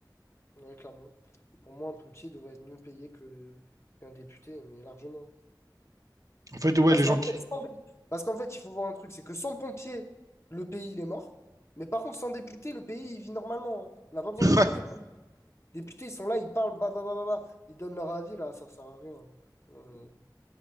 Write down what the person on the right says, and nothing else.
En fait, ouais,
les gens
qui...
<laughs>